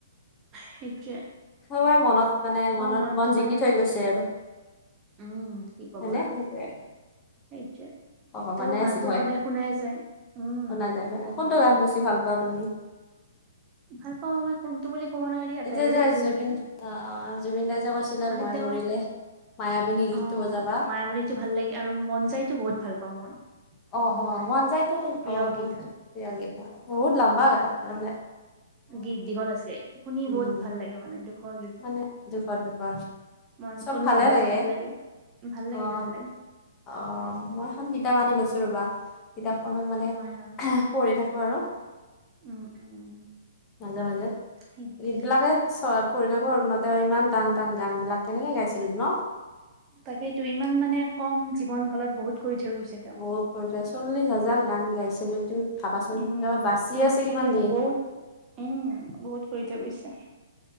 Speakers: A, on the right; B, on the left.
A: সেইটো
B: সবৰে মনত মানে মনত
A: মনটো
B: মন
A: মানে
B: জিকি থৈ গৈছে আৰু
A: উম কি কব
B: হয়নে
A: আৰু
B: সেইটোৱে
A: সেইটোৱে
B: ভগৱানে
A: তেওঁৰ গানটো
B: আছিল হয়
A: সদায় শুনাই যায় উম
B: শুনা যায় শু
A: সেইটোৱে
B: কোনটো গান বেছি ভাল পোৱা তুমি <inaudible>
A: ভাল পাওঁ মই কোনটো বুলি ক'ব নোৱাৰি আটাইবোৰে
B: যে যে
A: ভাল
B: জুবিন
A: লাগে
B: অ জুবিনদাই যে কৈছিলে
A: মানে
B: মই
A: তেওঁৰ
B: মৰিলে মায়াবিনী গীতটো
A: অ
B: বজাবা
A: মায়াবিনিটো ভাল লাগে আৰু মন যায়তো বহুত ভাল পাওঁ মই
B: অ
A: মোৰ
B: অ
A: মানে
B: মন যায়তো
A: প্ৰিয়
B: অ বহুত
A: গীত হয়
B: গেইটা বহুত লম্বা গ তাৰানে
A: গীত দীঘল আছে শুনি
B: উম
A: বহুত ভাল লাগে মানে দুখৰ গীত
B: মানে দুফাৰ দুফাৰ
A: মন
B: চব
A: অনুৰাধাটো
B: ভালে লাগে
A: ভাল ভাল লাগে
B: অ
A: ভাল লাগে।
B: অ মই এখন কিতাপ আনি লৈছো ৰবা কিতাপখনত মানে
A: হয় হয়।
B: পঢ়ি থাকো আৰু
A: উম উম
B: মাজে মাজে
A: সেইটোয়ে
B: গীত বিলাকে চ পৰি কৰ তেওঁ ইমান টান টান গান বিলাক কেনেকে গাইছিল ন
A: তাকেইতো ইমান মানে কম জীৱন কালত বহুত কৰি থৈ গৈছে তেওঁ।
B: বহুত কৰিচা চল্লিশ হাজাৰ গান গাইছে যদি তুমি ভাবাচোন
A: উম
B: তেওঁ বাচি
A: সেইটোৱে
B: আছে কিমান দিন
A: বহুত উম বহুত কৰি থৈ গৈছে